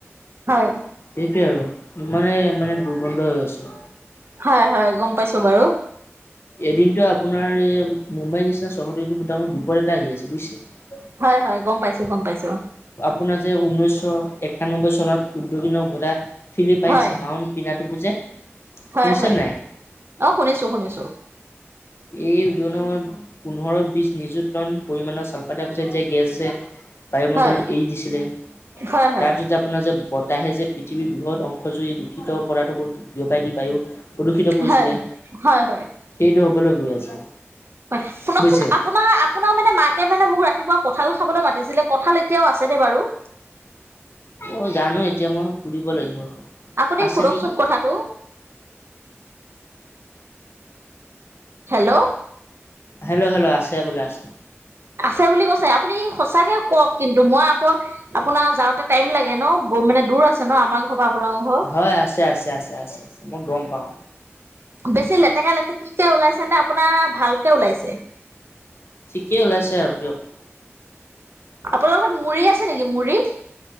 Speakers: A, on the right; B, on the left.
A: হয়।
B: সেইটোৱে আৰু ইমানে মানে দুৰ্গন্ধ হৈ আছে।
A: হয় হয় গম পাইছো বাৰু।
B: এদিনতো আপোনাৰ এই মুম্বাই নিচিনা চহৰটো বিপদ এ আহি আছে বুজছে।
A: হয় হয় গম পাইছো গম পাইছো।
B: আপোনাৰ যে ঊনৈশ একানব্বৈ চনত উদ্যোগিক নক ঘটা ফিলিপাইন্ছ
A: হয়
B: মাউণ্ট পিনাটো বুজে। শুনিছে
A: হয় হয়
B: নাই?
A: অ শুনিছো শুনিছো
B: এই উদনত পোন্ধৰ বিশ নিযুক্ত টন পৰিমাণৰ চালফা ড্ৰাই অক্সাইড গেছ যে বায়ুমণ্ডল
A: হয়
B: এৰি দিছিলে
A: হয় হয়
B: তাৰপিছতে আপোনাৰ যে আহে যে পৃথিৱীৰ বৃহৎ অংশ জুই এই দূষিত পদাৰ্থবোৰ বিয়পাই দি পায়ো প্ৰদূষিত কৰিছিলে।
A: হয় হয় হয়
B: সেইটো হ'ব লগে গৈ আছে।
A: হয় শুনকচোন
B: বুজিছে।
A: আপোনাৰ আপোনাৰ মানে মাকে মানে মোক ৰাতিপুৱা কঁঠাল খাবলৈ মাতিছিলে। কঁঠাল এতিয়াও আছেনে বাৰু?
B: অ জানো এতিয়া মই সুধিব লাগিব।
A: আপুনি
B: আছে
A: সোধকচোন
B: নেকি?
A: কথাটো। হেল্ল'
B: হেল্ল' হেল্ল' আছে বোলে আছে।
A: আছে বুলি কৈছে আপুনি সঁচাকে কওক কিন্তু মই আকৌ আপোনাৰ যাওঁতে টাইম লাগে ন মানে দূৰ আছে ন আমাৰ ঘৰ বা আপোনালোকৰ ঘৰ
B: হয় আছে আছে আছে আছে মই গম পাওঁ।
A: বেছি লে এ কালঠিকে ওলাইছে নে আপোনাৰ ভালকে ওলাইছে।
B: ঠিকে ওলাইছে আৰু দিয়ক।
A: আপোনাৰ লগত মুড়ি আছে নেকি মুড়ি।